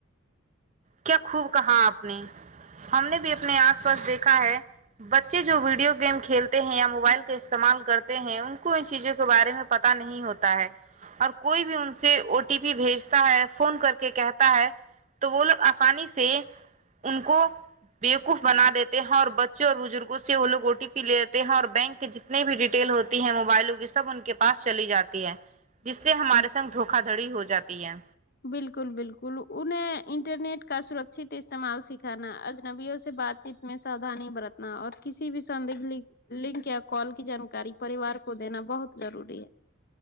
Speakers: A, on the right; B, on the left.
A: کیا خوب کہا آپ نے ہم نے بھی اپنے آس پاس دیکھا ہے بچے جو ویڈیو گیم کھیلتے ہیں یا موبائل کا استعمال کرتے ہیں ان کو ان چیزوں کو کو بارے میں پتا نہیں ہوتا ہے اور کوئی بھی ان سے او ٹی پی بھیجتا ہے فون کر کے کہتا ہے تو وہ لوگ آسانی سے ان کو بیےوقوف بنا دیتے ہیں اور بچوں اور بزرگوں سے وہ لگ او ٹی پی لے لیتے ہیں اور بینک کے جتنی بھی ڈیٹیل ہوتی ہے موبائلوں کیی سب ان کے پاس چلی جاتی ہے جس سے
B: ہے
A: ہمارے سنگ دھوکا دھڑی ہو جاتی ہے
B: بالکل بالکل انہیں انٹرنیٹ کا سرکت استعمال سکھانا اجنبیوں سے بات چیت میں ساودھانی برت نہ اور کسی بھی سندیکھ لنک یا کال کی جانکاری پریوار کو دینا بہت ضروری ہے